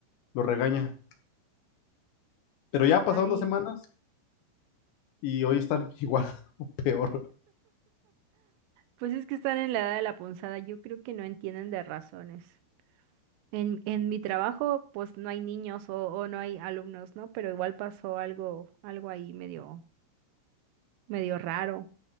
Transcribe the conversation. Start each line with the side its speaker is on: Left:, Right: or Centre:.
Left: lo regaña. Pero ya pasaron
Right: Ay,
Left: dos semanas y hoy están igual <laughs> o peor.
Right: pues es que están en la edad de la punzada, yo creo que no entienden de razones. En, en mi trabajo, pues no hay niños o, o no hay alumnos, ¿no? Pero igual pasó algo, algo ahí medio, medio raro.